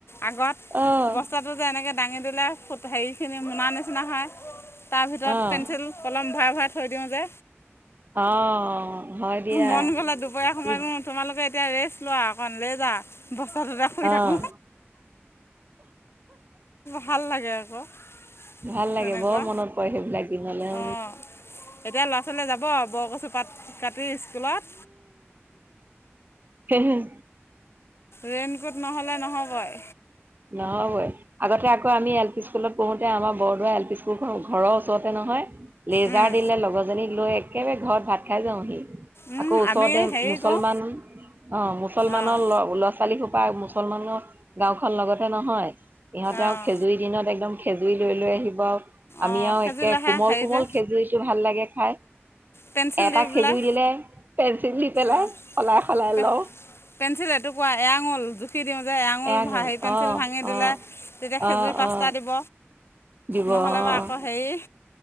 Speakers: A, on the left; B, on the right.
A: আগত
B: অ',
A: বস্তাটো যে এনেকৈ দাঙি দিলে হেৰিখিনি মোনা নিচিনা হয়। তাৰ ভিতৰত
B: অ',
A: পেঞ্চিল, কলম ভৰাই ভৰাই থৈ দিওঁ যে।
B: অ', হয় দিয়া
A: মন গ'লে দুপৰীয়া সময়ত
B: ই
A: তোমালোকে এতিয়া ৰেষ্ট লোৱা অকন লে যা। বস্তাটোতে শুই
B: অ',
A: থাকো ভাল লাগে আকৌ। <inaudible>
B: ভাল লাগে
A: তেনেকুৱা
B: বৰ মনত পৰে সেইবিলাক দিন'লে।
A: অঁ এতিয়া ল'ৰা ছোৱালীয়ে যাব বৰকচু পাত। কাটি স্কুলত।
B: এ
A: ৰেইনকোট নহলে নহ'বই।
B: নহ'বই, আগতে আকৌ আমি এল পি স্কুলত পঢ়োতে আমা বৰদোৱা এল পি স্কুলখন ঘৰৰ ওচৰতে নহয়, লেজাৰ
A: উম,
B: দিলে লগৰজনীক লৈ। একেবাৰে ঘৰত ভাত খাই যাওঁহি।
A: উম,
B: আকৌ ওচৰতে
A: আমি হেৰি
B: মুছলমান
A: কৰোঁ
B: অ', মুছলমানৰ
A: অঁ
B: ল- ল'ৰা ছোৱালী। মুছলমানৰ গাঁওখন লগতে নহয়, ইহঁতে
A: অঁ
B: আও খেজুৰ দিনত একদম খেজুৰৰি লৈ, লৈ আহিব আৰু আমি
A: অঁ
B: আৰু
A: সেইযোৰ
B: একে
A: লেখা
B: কোমল,
A: হেৰি
B: কোমল
A: যে
B: খেজুৰিতটো ভাল লাগে খাই।
A: পেঞ্চিল
B: এটা
A: দি পেলাই
B: খেজুৰি দিলে, পেঞ্চিল দি পেলাই
A: অঁ
B: সলাই, সলাই
A: পে-
B: লওঁ।
A: পেঞ্চিল এইটুকুৰা এয়াঙুল। কি দিওঁ যে এয়াঙুল
B: এয়া গ'ল
A: হেৰি পেঞ্চিল
B: অ
A: ভাঙি দিলে,
B: অ
A: তেতিয়া খেজুৰ
B: অ
A: পাঁচটা
B: অ
A: দিব।
B: দিব
A: নহ'লে বাৰু আকৌ
B: অ
A: হেৰি